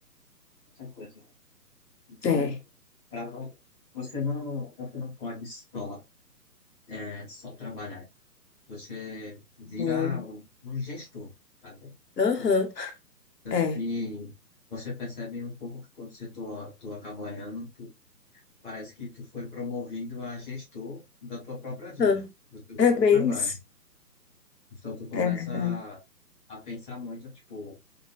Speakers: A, on the left; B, on the left.
A: outra coisa. Então,
B: É.
A: para você não, você não pode só é, só trabalhar. Você vira
B: Não.
A: um um gestor, sabe?
B: Aham.
A: É, Tanto
B: É.
A: que você percebe um pouco que quando você tu, tu acaba olhando, tu, parece que tu foi promovido a gestor da tua própria vida,
B: Aham.
A: do teu
B: É
A: próprio
B: bem
A: trabalho.
B: isso.
A: Então tu começa
B: É verdade.
A: a, a pensar muito, tipo,